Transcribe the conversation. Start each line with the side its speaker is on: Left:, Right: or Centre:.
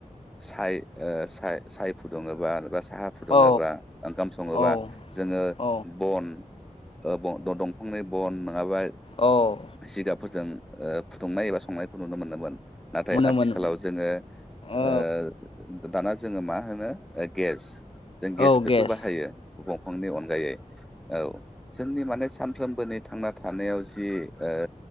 Centre: साय ओ सा-साय फुदुङोबा साहा फुदुङोबा
Left: औ
Centre: ओंखाम सङोबा
Left: औ
Centre: जोङो
Left: औ
Centre: बन ओ बं द दंफांनि बन नोङाबा
Left: ओ
Centre: सिगाबफोरजों ओ फुदुंनाय एबा संनायखौ नुनो मोनदोमोन नाथाय
Left: मोनो
Centre: आथिखालाव
Left: मोनो
Centre: जोङो
Left: औ
Centre: ओ दाना जोङो मा होनो ओ गेस जों गेसखौसो
Left: औ गेस
Centre: बाहायो दंफांनि अनगायै औ जोंनि माने सान फ्रोमबनि थांना थानायाव जि ओ